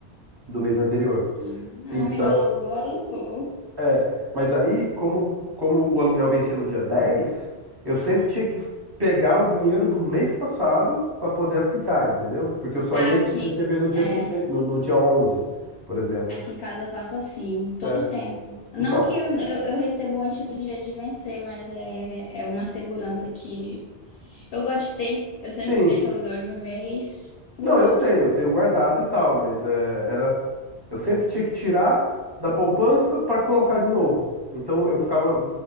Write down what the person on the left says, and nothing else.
é.
Ah, amiga, alugou, alugou.
Ah,
Aqui,
é,
aqui em casa eu faço assim, todo
tempo. Não
que eu, eu, eu recebo antes do dia de vencer, mas é, é uma segurança que Eu gosto de ter. Eu sempre
deixo o aluguel de um mês pro
outro.